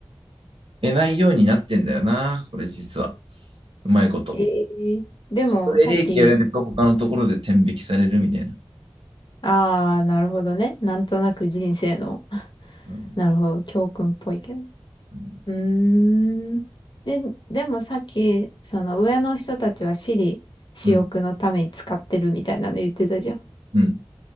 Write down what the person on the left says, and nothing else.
ええでも、
さっき、ああ、なるほどね。なんとなく人生の、
なるほど、教訓っぽいけど。う
ーん。え、でもさっき、その上の人たちは私利私欲のために使ってるみたいなの言ってたじゃん。